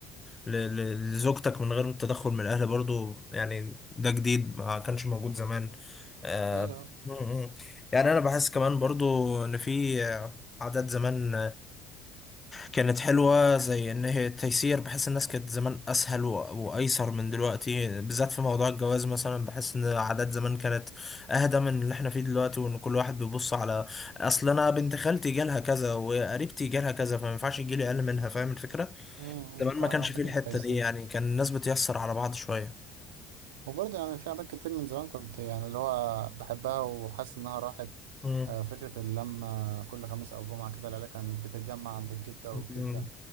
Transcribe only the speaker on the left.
ل... ل- لزوجتك من غير التدخل من الأهل برضو يعني ده جديد ما كانش موجود زمان آه،
م- م. يعني أنا بحس كمان برضو إن في آه، عادات زمان كانت حلوة زي إن هي تيسير بحس الناس كانت زمان أسهل و- وأيسر من دلوقتي بالذات في موضوع الجواز مثلا بحس إن العادات زمان كانت أهدى من اللي إحنا فيه دلوقتي وإن كل واحد بيبص على أصل أنا بنت خالتي جالها كذا وقريبتي جالها كذا فما ينفعش يجيلي أقل منها فاهم الفكرة؟
زمان
ما كانش
آه. فيه الحتة
دي يعني كان الناس بتيسر على بعض شوية
مم.
مم.